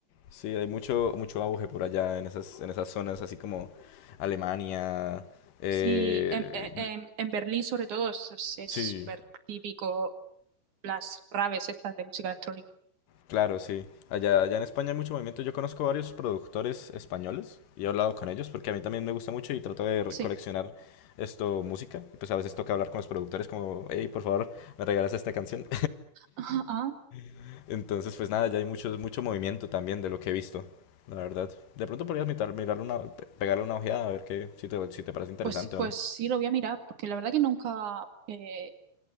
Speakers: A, on the left; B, on the right.
A: Sí, hay mucho, mucho auge por allá en esas, en esas zonas, así como Alemania. eh,
B: Sí, en, en- en- en Berlín sobre todo es es- es
A: sí,
B: súper típico las raves estas de música electrónica.
A: claro, sí. Allá, allá en España hay mucho movimiento. Yo conozco varios productores españoles y he hablado con ellos porque a mí también me gusta mucho y trato de re-
B: Sí.
A: coleccionar esto, música. Y pues a veces toca hablar con los productores como, hey, por favor, me regalas esta canción.
B: Ajá, ah,
A: <laughs> Entonces, pues nada, ya hay mucho, mucho movimiento también de lo que he visto, la verdad. De pronto podrías mirar, mirarle una, pe- pegarle una ojeada a ver qué, si te, si te parece interesante
B: pues, pues
A: o no.
B: sí, lo voy a mirar, porque la verdad que nunca, eh,